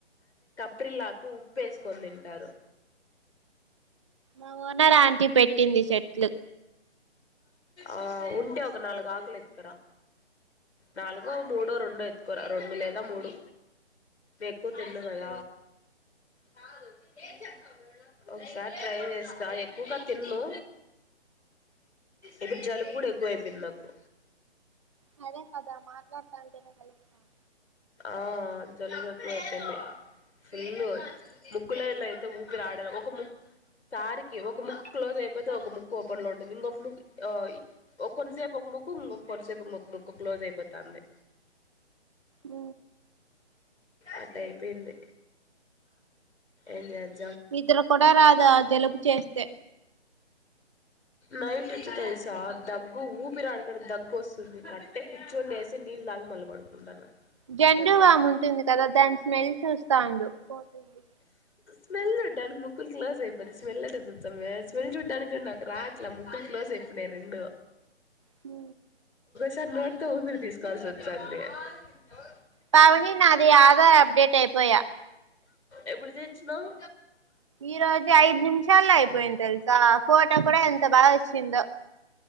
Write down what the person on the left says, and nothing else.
పిర్లకు ఉప్పు వేసుకొని తింటారు
ఆ ఉంటే ఒక నాలుగు ఆకులు ఎత్తుకురా నాలుగో మూడో రెండో ఏతు కురా రెండు లేదా మూడు ఎక్కువ తిన్ను కద చాలు ఏమీ చేస్తున్నవు ఒకసారి ట్రై చేస్తా ఎక్కు ఇంకా తిన్ను ఇప్పుడు జలుబు కూడా ఎక్కువైపోయింది నాకు
ఆ జలుబు ఎక్కువ అయిపోయింది ఫుల్ ముక్కులో ళ అయితే ఊపిరిరాడదు ఒక ముక్కు సారికి ఒక ముక్కు క్లోజ్ అయిపోతే ఒక ముక్కు ఓపెన్లో ఉంటుంది ఇంకొక ముక్కు ఓయ్ కొన్నిసేపు ఒక ముక్కు ఇంకొక కొన్నిసేపు ఇంకొక ముక్కు క్లోజ్ అయిపోతుంది
అట్ట అయిపోయింది ఏమిచేదం
నైట్ వచ్చి తెలుసా దగ్గు ఊపిరాడకుండ దగ్గు వస్తుంది అట్టే కూర్చోని లేసి నీళ్ళు తాగి మళ్ళ పడుకుంటాను
దగ్గు
స్మెల్ చూడ్డానికి ముక్కులు క్లోజ్ అయిపోయి స్మెల్ అట్టే చూద్దా స్మెల్ చూడ్డానికి నాకు రాట్లా ముక్కులు క్లోజ్ అయిపోయి రెండు
సార్ నోడితే ఊపిరు తీసుకోవాల్సి వస్తోంది ఆ
ఎప్పుడు చేయిచ్చినవు